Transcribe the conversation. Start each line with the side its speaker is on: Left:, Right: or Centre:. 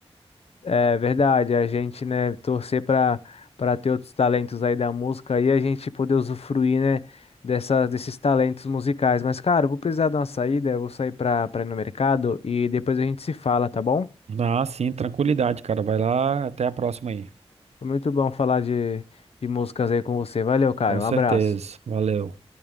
Left: É verdade, a gente, né, torcer para para ter outros talentos aí da música e a gente poder usufruir, né, dessa, desses talentos musicais. Mas, cara, eu vou precisar dar uma saída, eu vou sair para para ir no mercado e depois a gente se fala, tá bom?
Right: Ah, sim, tranquilidade, cara. Vai lá, até a próxima aí.
Left: Foi muito bom falar de, de músicas aí com você. Valeu, cara,
Right: Com certeza.
Left: um abraço.
Right: Valeu.